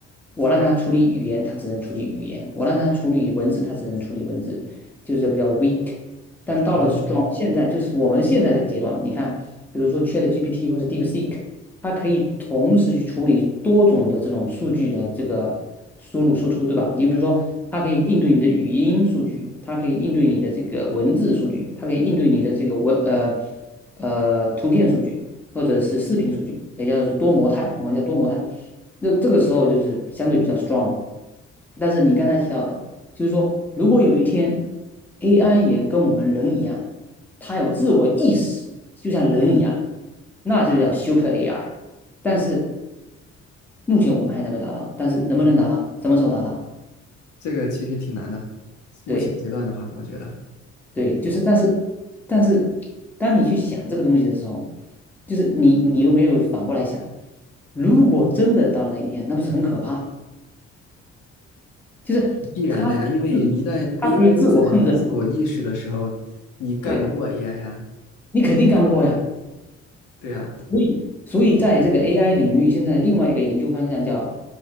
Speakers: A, in the centre; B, on the left.
A: 我让它处理语言，它只能处理语言；我让它处理文字，它只能处理文字，就是比较 weak。但到了
B: 哦，
A: strong，现在就是我们现在这个阶段，你看，比如说 ChatGPT 或者 DeepSeek。它可以同时去处理多种的这种数据的这个输入输出，对吧？你比如说，它可以应对你的语音数据，它可以应对你的这个文字数据，它可以应对你的这个文呃呃图片数据或者是视频数据，也叫做是多模态，我们叫多模态。那这个时候就是相对比较 strong。但是你刚才提到的。就是说，如果有一天 AI 也跟我们人一样，它有自我意识，就像人一样，那就叫 Super AI。但是目前我们还没有达到，但是能不能达到，
B: 嗯，
A: 什么时候达到？
B: 这个其实挺难的。目前阶段的话，
A: 对
B: 我觉得
A: 对，就是但是但是，当你去想这个东西的时候，就是你你有没有反过来想，如果真的到了那一天，那不是很可怕？就是它
B: <laughs> 必然的呀，因为一旦
A: 它可以自我控制的，
B: AI 都产生自我意识的时候，你干不过
A: 对呀，
B: AI 呀，
A: 你肯定干不过呀。
B: 对呀，
A: 所以所以在这个 AI 领域，现在另外一个研究方向叫